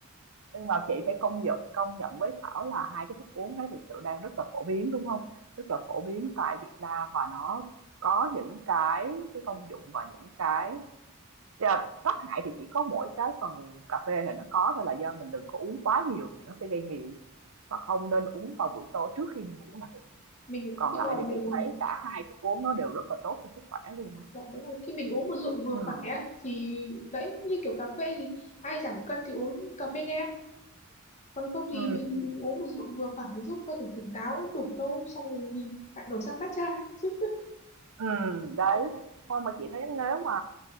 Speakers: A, on the right; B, on the left.
A: Nhưng mà chị phải công nhận công nhận với Thảo là hai cái thức uống đấy thực sự đang rất là phổ biến, đúng không Rất là phổ biến tại Việt Nam và nó có những cái cái công dụng và những cái yeah, tác hại thì chỉ có mỗi cái phần cà phê thì nó có thôi là do mình đừng có uống quá nhiều thì nó sẽ gây nghiện và không nên uống vào buổi tối trước khi đi ngủ là được.
B: mình
A: Còn
B: khi
A: lại
B: mà
A: thì
B: mình
A: chị thấy cả hai thức uống nó đều rất là tốt cho sức khỏe luôn á.
B: dạ, đúng rồi khi mình uống một lượng vừa
A: Ừ
B: phải á thì đấy như kiểu cà phê thì ai giảm cân thì uống cà phê đen còn không thì
A: ừ
B: mình uống một rượu vừa phải giúp cơ thể tỉnh táo đủ thôi xong rồi mình lại đổi sang matcha <laughs> chứ
A: ừm, đấy.
B: dạ
A: Xong mà chị thấy nếu mà